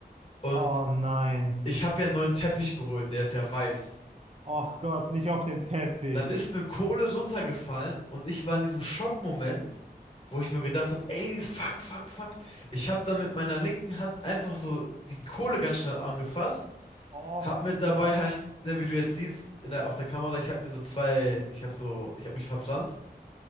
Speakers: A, on the left; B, on the right.
A: Und
B: Oh nein.
A: ich habe ja einen neuen Teppich geholt, der ist ja weiß.
B: Och Gott, nicht auf den Teppich.
A: Dann ist eine Kohle runtergefallen und ich war in diesem Schockmoment, wo ich mir gedacht habe, ey, fuck, fuck, fuck. Ich habe dann mit meiner linken Hand einfach so die Kohle ganz schnell angefasst,
B: Och
A: habe mir dabei
B: Gott.
A: halt, ne, wie du jetzt siehst, in der, auf der Kamera, ich habe mir so zwei, ich habe so, ich habe mich verbrannt.